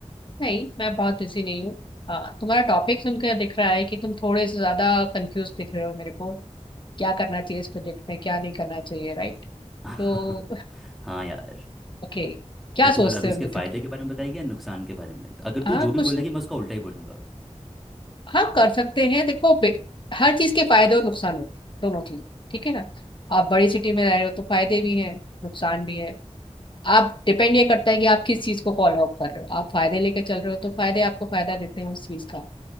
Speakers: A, on the left (about 45°); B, in the centre.
A: नहीं मैं बहुत बिजी नहीं हूँ हाँ तुम्हारा टॉपिक सुनकर दिख रहा है कि तुम थोड़े से ज्यादा कंफ्यूज दिख रहे हो मेरे को क्या करना चाहिए इस प्रोजेक्ट में क्या नहीं करना चाहिए राइट
B: <laughs>
A: तो
B: हाँ यार
A: ओके क्या
B: तो तू
A: सोचते
B: बता तू
A: हो
B: इसके
A: अभी
B: फ़ायदे
A: तक?
B: के बारे में बताएगी या नुकसान के बारे में अगर
A: हाँ
B: तू जो भी
A: कुछ
B: बोलेगी मैं उसका उल्टा ही बोलूँगा
A: हाँ कर सकते हैं देखो बे- हर चीज के फायदे और नुकसान होते हैं दोनों चीज ठीक है ना आप बड़ी सिटी में रह रहे हो तो फायदे भी हैं नुकसान भी है आप डिपेंड ये करता है कि आप किस चीज को फॉलो अप कर रहे हो आप फायदे लेके चल रहे हो तो फायदे आपको फायदा देते हैं उस चीज का